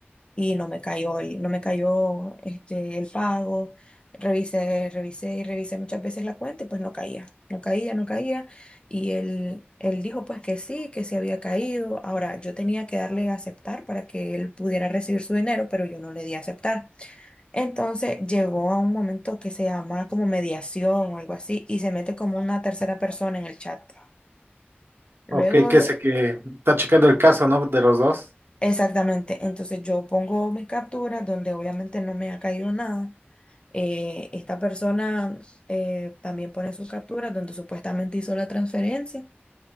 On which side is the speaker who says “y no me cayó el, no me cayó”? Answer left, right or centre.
Left